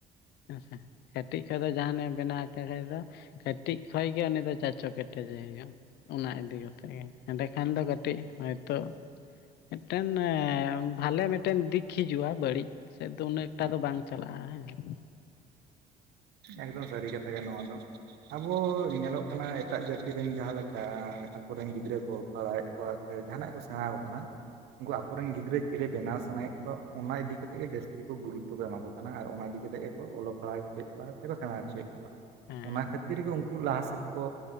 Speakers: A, on the left (about 75°); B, on the right (about 75°).
A: ᱦᱮᱸ ᱥᱮ ᱠᱟᱹᱴᱤᱡ ᱠᱷᱚᱡ ᱫᱚ ᱡᱟᱦᱟᱱᱤᱜ ᱮ ᱵᱮᱱᱟᱣ ᱮ ᱠᱷᱟᱡ ᱫᱚ ᱠᱟᱹᱴᱤᱡ ᱠᱷᱚᱡ ᱜᱮ ᱩᱱᱤ ᱫᱚ ᱪᱟᱪᱚ ᱠᱮᱴᱮᱡᱮ ᱦᱩᱭᱩᱜᱼᱟ ᱚᱱᱟ ᱤᱫᱤ ᱠᱟᱛᱮ ᱜᱮ᱾ ᱮᱸᱰᱮᱠᱷᱟᱱ ᱫᱚ ᱠᱟᱹᱴᱤᱡ ᱦᱚᱭᱛᱳ ᱢᱤᱫᱴᱮᱱ ᱵᱷᱟᱞᱮ ᱢᱤᱫᱴᱮᱱ ᱫᱤᱠ ᱦᱤᱡᱩᱜᱼᱟ, ᱵᱟᱹᱲᱤᱡ ᱥᱮᱫ ᱫᱚ ᱩᱱᱟᱹᱜ ᱮᱠᱴᱟ ᱫᱚ ᱵᱟᱝ ᱪᱟᱞᱟᱜᱼᱟ ᱦᱮᱸ᱾
B: ᱮᱠᱫᱚᱢ ᱥᱟᱹᱨᱤ ᱠᱟᱛᱷᱟ ᱜᱮ ᱱᱚᱣᱟ ᱫᱚ᱾ ᱟᱵᱚ ᱧᱮᱞᱚᱜ ᱠᱟᱱᱟ ᱮᱴᱟᱜ ᱡᱟᱹᱛᱤ ᱨᱮᱱ ᱡᱟᱸᱦᱟ ᱞᱮᱠᱟ ᱟᱠᱚᱨᱮᱱ ᱜᱤᱫᱽᱨᱟᱹ ᱠᱚ ᱯᱟᱲᱦᱟᱣᱮᱫ ᱠᱚᱣᱟ ᱥᱮ ᱡᱟᱸᱦᱟᱱᱟᱜ ᱠᱚ ᱥᱮᱸᱬᱟᱣ ᱟᱠᱚ ᱠᱟᱱᱟ ᱩᱱᱠᱩ ᱟᱠᱚᱨᱮᱱ ᱜᱤᱫᱽᱨᱟᱹ ᱪᱤᱞᱮ ᱵᱮᱱᱟᱣ ᱥᱟᱱᱟᱭᱮᱫ ᱠᱚᱣᱟ ᱚᱱᱟ ᱤᱫᱤᱠ ᱠᱟᱛᱮ ᱜᱮ ᱡᱟᱹᱥᱛᱤ ᱠᱚ ᱜᱩᱨᱩᱛᱛᱚ ᱠᱚ ᱮᱢᱟ ᱠᱚ ᱠᱟᱱᱟ ᱟᱨ ᱚᱱᱟ ᱤᱫᱤᱠᱟ ᱠᱟᱛᱮ ᱜᱮᱠᱚ ᱚᱞᱚᱜ ᱯᱟᱲᱦᱟᱣ ᱦᱚᱪᱚᱭᱮᱫ ᱛᱮᱠᱚ ᱥᱮᱸᱬᱟ ᱦᱚᱪᱚᱭᱮᱫ ᱠᱚᱣᱟ᱾
A: ᱦᱮᱸ
B: ᱚᱱᱟ ᱠᱷᱟᱹᱛᱤᱨ ᱜᱮ ᱩᱱᱠᱩ ᱞᱟᱦᱟ ᱥᱮᱫ ᱠᱚ